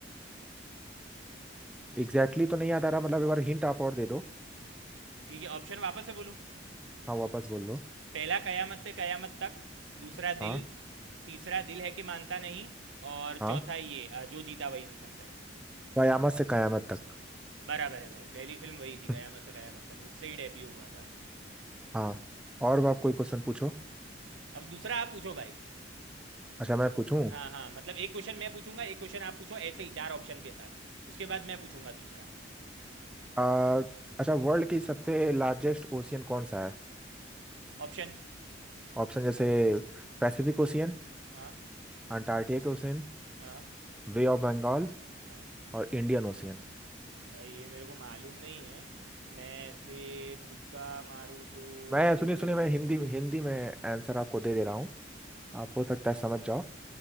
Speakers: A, in the centre; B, on the right.
A: एग्जैक्टली exactly तो नहीं याद आ रहा मतलब एक बार हिंट आप और दे दो
B: ठीक है ऑप्शन वापस से बोलूँ
A: हाँ वापस बोल दो
B: पहला कयामत से कयामत तक दूसरा
A: हाँ
B: दिल तीसरा दिल है कि मानता नहीं और
A: हाँ
B: चौथा ये अ, जो जीता वही सिकंदर
A: कयामत से कयामत तक
B: बराबर है भाई पहली फिल्म वही थी
A: <laughs>
B: कयामत से कयामत तक उससे ही डेब्यू हुआ था
A: हाँ और आप कोई क्वेश्चन पूछो
B: अब दूसरा आप पूछो भाई
A: अच्छा मैं पूछूं
B: हाँ हाँ मतलब एक क्वेश्चन मैं पूछूंगा एक क्वेश्चन आप पूछो ऐसे ही चार ऑप्शन के साथ उसके बाद मैं पूछूंगा दूसरा
A: आ, अच्छा वर्ल्ड की सबसे लार्जेस्ट ओशियन कौन सा है
B: ऑप्शन
A: ऑप्शन जैसे Pacific Ocean
B: हाँ
A: Antarctic Ocean
B: हाँ
A: Bay of Bengal
B: हाँ
A: और इंडियन ओशियन
B: भाई ये मेरे को मालूम नहीं है मैं ऐसे तुक्का मारूँ तो
A: मैं
B: मेरे
A: सुनिए
B: को लग
A: सुनिए
B: रहा
A: मैं
B: है
A: हिंदी हिंदी में आंसर आपको दे दे रहा हूँ आप हो सकता है समझ जाओ